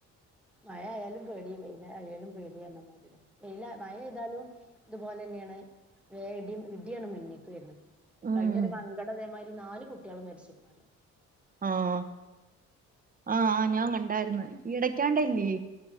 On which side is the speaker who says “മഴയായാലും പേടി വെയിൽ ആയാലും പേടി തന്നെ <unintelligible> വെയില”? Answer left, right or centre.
Centre